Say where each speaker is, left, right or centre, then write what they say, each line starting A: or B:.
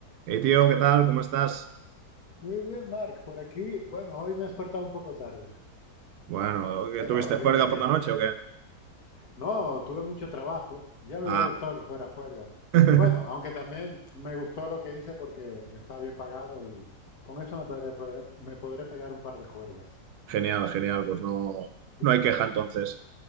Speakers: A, on the right (about 75°); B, on the left (about 60°).
A: Hey tío, ¿qué tal? ¿Cómo estás?
B: Muy bien, Mark. Por aquí, bueno, hoy me he despertado un poco tarde,
A: Bueno, ¿que
B: pero
A: tuviste juerga
B: bien, bien.
A: por la noche o qué?
B: No, tuve mucho trabajo. Ya me
A: Ah,
B: hubiera gustado
A: bueno.
B: que fuera juerga.
A: <laughs>
B: Bueno, aunque también me gustó lo que hice porque está bien pagado y con eso me podré, pe- me podré pegar un par de juergas.
A: Genial, genial, pues no,
B: ¿Y,
A: no hay queja entonces.